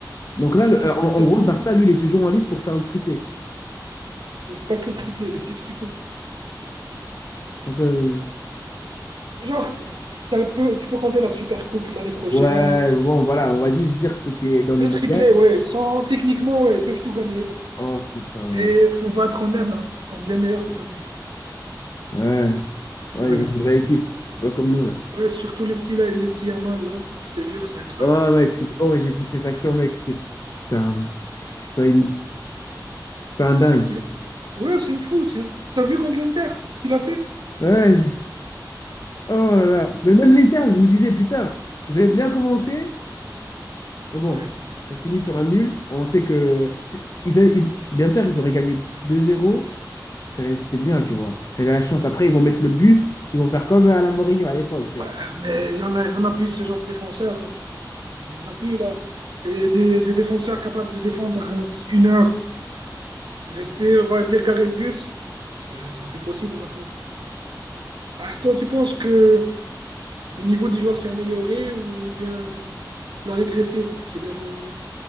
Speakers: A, on the left; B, on the right.
A: Donc
B: C'est
A: là,
B: une
A: le-
B: équipe.
A: euh, en, en
B: C'est
A: gros, le Barça, lui, il est toujours en lice pour faire le triplé.
B: Pas que le triplé, le sextuplé.
A: Bon, ça, euh,
B: Genre, ça peut, tu peux compter la Super Coupe l'année prochaine.
A: ouais, bon, voilà, on va
B: Ouais.
A: juste dire ce qui est dans
B: Le
A: l'immédiat.
B: triplé, ouais. ils sont- techniquement, ouais, ils peuvent tout gagner là.
A: Oh putain,
B: Mais
A: mec.
B: faut pas être honnête, hein, ils sont bien meilleurs cette année.
A: Ouais. Ouais,
B: Ouais.
A: ils ont une vraie équipe. C'est pas comme nous, là.
B: Ouais, surtout le petit là, le petit Yamal là. Je te jure, c'est un crack.
A: Oh, mec, putain. Oh, ouais, j'ai vu ces actions, mec. C'est c'est un, c'est une- c'est un dingue.
B: C'est, ouais, c'est fou, c'est fou. T'as vu contre l'Inter ce qu'il a fait?
A: Ouais, Oh là là. Mais même l'Inter, je me disais, putain, ils avaient bien commencé, mais bon,
B: Ouais.
A: ça se finit sur un nul. On sait que c'est- ils, avaient- ils- l'Inter, ils auraient gagné 2-0. C'était c'était bien, tu vois. Ils avaient la chance. Après, ils vont mettre le bus, ils vont faire comme à la Mourinho à l'époque, tu vois.
B: Ouais, mais il y en a, il y en a plus ce genre de défenseurs. Il n'y en a plus là. Des, des- des défenseurs capables de défendre euh, une heure, rester, on va dire, garer le bus, c'est c'est plus possible maintenant. Ah, toi, tu penses que le niveau des joueurs s'est amélioré ou bien il a régressé depuis ces dernières années?